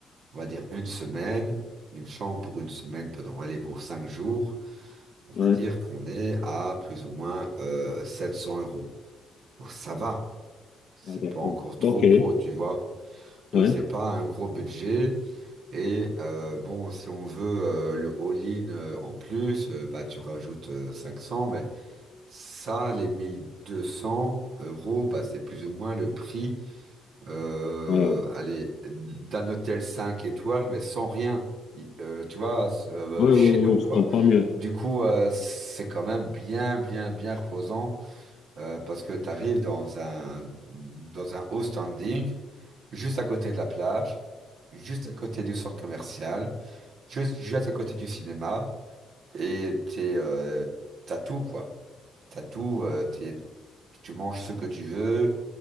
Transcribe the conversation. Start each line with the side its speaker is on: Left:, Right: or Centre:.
Right: on va dire une semaine, une chambre pour une semaine peut en aller pour cinq jours. On
Left: ouais.
Right: va dire qu'on est à plus ou moins euh, 700 euros. Donc ça va, c'est
Left: Ah, d'accord.
Right: pas encore trop
Left: Ok, ouais.
Right: gros, tu vois.
Left: Ouais,
Right: Donc c'est pas un gros budget. Et euh, bon, si on veut euh, le all-in euh, en plus, euh, bah tu rajoutes euh, 500, mais ça, les 1200 euros, bah c'est plus ou moins le prix euh,
Left: ouais,
Right: allez, d'un hôtel 5 étoiles, mais sans rien. Il- euh, tu vois, s- euh,
Left: ouais,
Right: chez
Left: ouais,
Right: nous,
Left: je
Right: quoi.
Left: comprends mieux.
Right: Du coup, euh, c'est quand même bien, bien, bien reposant euh, parce que tu arrives dans un, dans un haut standing, juste à côté de la plage, juste à côté du centre commercial, juste, juste à côté du cinéma, et t'es, euh, t'as tout, quoi. T'as tout, euh, t'es- tu manges ce que tu veux,